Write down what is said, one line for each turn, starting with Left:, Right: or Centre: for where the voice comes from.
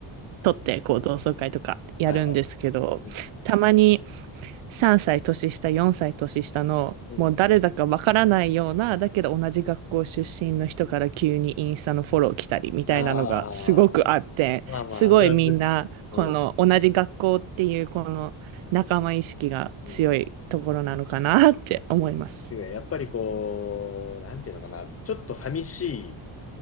Right: 取って、こう、同窓会とかやるんですけど、
Left: はいはい。うん。
Right: たまに3歳年下、4歳年下の、
Left: うん、
Right: もう誰だかわからないような、だけど同じ学校出身の人から急にインスタのフォロー来たりみたいなのがすごくあって、
Left: ああ、まあまあ、
Right: すごいみんな、
Left: あるあるです。
Right: この同じ学校っていうこの仲間意識が強いところなのかなって思います。
Left: うん。うん。やっぱりこう、なんていうのかな、ちょっと寂しい